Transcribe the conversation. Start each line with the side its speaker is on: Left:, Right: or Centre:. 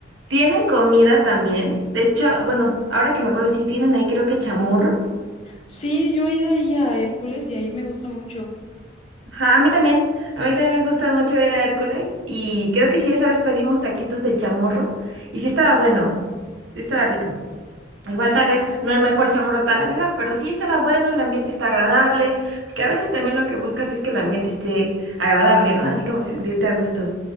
Right: Tienen comida también. De hecho, a- bueno, ahora que me acuerdo, sí tienen ahí creo que chamorro.
Left: Sí, yo he ido ahí a Hércules y ahí me gusta mucho.
Right: Ajá, a mí también. A mí también me gusta mucho ir a Hércules. Y creo que sí, esa vez pedimos taquitos de chamorro. Y sí estaba bueno. Sí estaba rico. Igual tal vez no el mejor chamorro toda la vida, pero sí estaba bueno, el ambiente está agradable. Porque a veces también lo que buscas es que el ambiente esté agradable, ¿no? Así como sentirte a gusto.